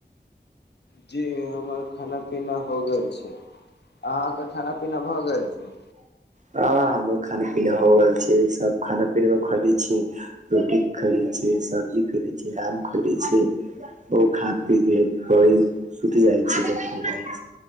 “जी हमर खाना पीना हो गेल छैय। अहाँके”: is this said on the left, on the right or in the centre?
Left